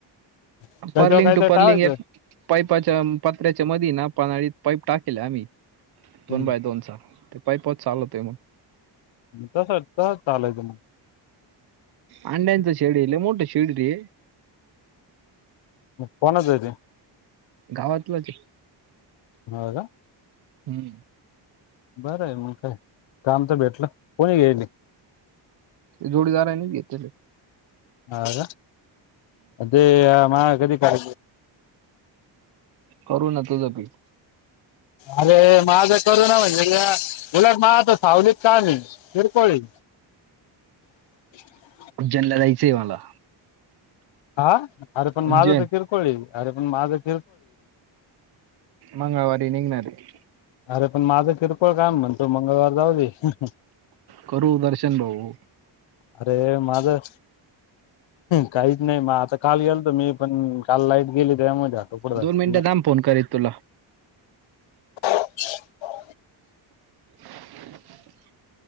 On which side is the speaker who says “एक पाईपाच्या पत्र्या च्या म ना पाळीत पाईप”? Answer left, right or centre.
Right